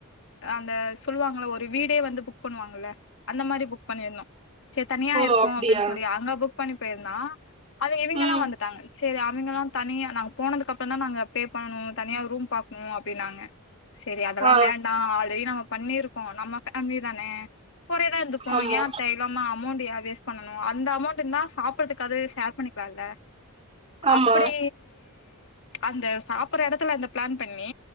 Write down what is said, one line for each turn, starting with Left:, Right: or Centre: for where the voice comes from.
Left: ஆ அந்த சொல்வாங்கள ஒரு வீடே வந்து புக் பண்ணுவாங்கல அந்த மாரி புக் பண்ணிருந்தோ சேரி தனியா
Right: ஓ
Left: இருப்போ
Right: அப்டியா
Left: அப்டின் சொல்லி அங்க புக் பண்ணி பேயிருந்தா அது இவிங்கலா
Right: ம்
Left: வந்துட்டாங்க செரி அவிங்கல்லா தனியா நாங்க போனதுக்கு அப்றோ தா நாங்க பே பண்ணனு தனியா ரூம் பாக் க்கணு அப்டின்னாங்க சேரி அதல்லா
Right: ஆ
Left: வேண்டா ஆல்ரெடி நம்ம பண்ணிருக்கோ நம்ம ஃபேமிலி தான கூடே தா இருந்துப்போ
Right: ஆமா
Left: ஏ தேவலாம அமௌண்ட் ஏன் வேஸ்ட் பண்ணனு அந்த அமௌண்ட் ட்டு இருந்தா சாப்புட்றதுக்காது ஷேர் பண்ணிக்லாம்ல
Right: ஆமா
Left: அப்டி அந்த சாப்புட்ற எடத்துல அந்த பிளான் பண்ணி